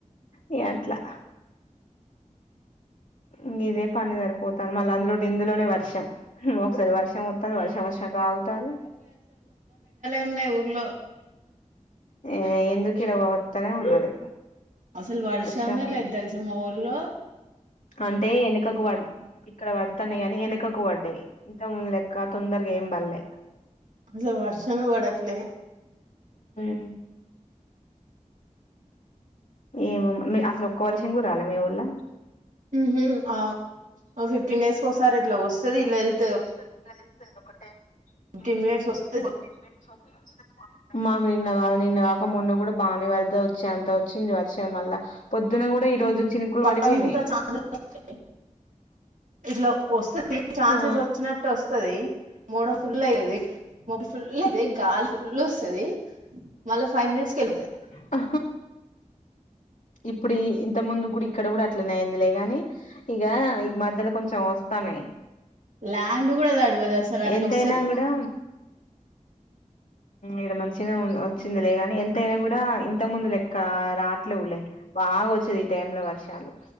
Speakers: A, on the left (about 80°); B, on the right (about 75°).
A: ఇగ అట్లా ఇంగ ఇదే పని సరిపోతాంది మళ్ళీ అందులో ఇందులోనే వర్షం ఒకసారి వర్షం వస్తుంది వర్షం వచ్ సేపు అగుతళ్ళు
B: న్నయి ఊర్లో
A: ఏ ఎందుకు ఇడవత్తనే ఉన్నది
B: అసలు వర్షమే
A: వచ్చినప్పుడు
B: లేదు తెలుసా మా ఊర్లో
A: అంటే ఏనుకకు పడ్ ఇక్కడ పడతానై గాని వెనకకు పడ్డాయి ఇంత ముందు లెక్క తొందరగా ఏం పల్లే
B: అసలు వర్షమే పడట్లే
A: మ్ ఏమొ మ్మా అసలు ఒక వర్షం కుడా రాలె మీ ఊళ్ళ
B: మ్ హు అ ఆ ఫిఫ్టీన్ డేస్ కోసారి ఇట్లా వస్తది ఇలా వె
A: <unintelligible>
B: ఫిఫ్టీన్ మినిట్స్ వస్తది
A: మాకు నిన్న కాదు నిన్న కాక మొన్న కూడా బానే వరద వచ్చి అంత వచ్చి వర్షం మళ్ళ పొద్దున కూడా ఈ రోజు చినుకులు
B: పంత
A: పడిపోయినాయి
B: చా <unintelligible> ఇట్లా వస్తే త్ర ఛాన్సెస్
A: ఆ
B: వచ్చినట్టు వస్తది మోడో ఫుల్ అయ్యది మేడ్ ఫుల్ లే గాలి ఫుల్ వస్తది మళ్ళా ఫైవ్ మినిట్స్ కి వెళ్తది
A: ఆ ఇప్పుడు ఇంత ముందుకు కూడా ఇక్కడ కూడా అట్లనేయిందిలే గాని ఇగ ఈ మధ్యలో కొంచెం వస్తాన్నయి
B: ల్యాండ్ కూడా తడవదు అసలు అట్లా
A: ఎంతయినా
B: వస్తది
A: కూడా ఇడ మంచిగానే వచ్చిందిలేగాని ఎంతైనా కూడా ఇంత ముందు లెక్క ఇంకా రావట్లేవులే బాగా వచ్చేది ఈ టైమ్ లో వర్షాలు